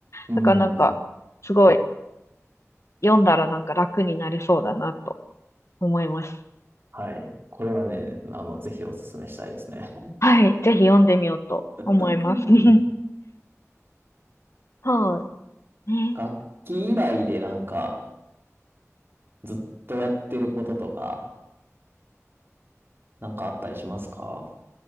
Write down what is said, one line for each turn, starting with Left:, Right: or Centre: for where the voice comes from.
Right: うん。
Left: だからなんか、すごい、読んだらなんか楽になりそうだなと思います。
Right: はい。これはね、あの、ぜひお勧めしたいですね。
Left: はい。ぜひ読んでみようと思います。
Right: うん
Left: <laughs> はいね。
Right: 楽器以外でなんか、ずっとやってることとか、なんかあったりしますか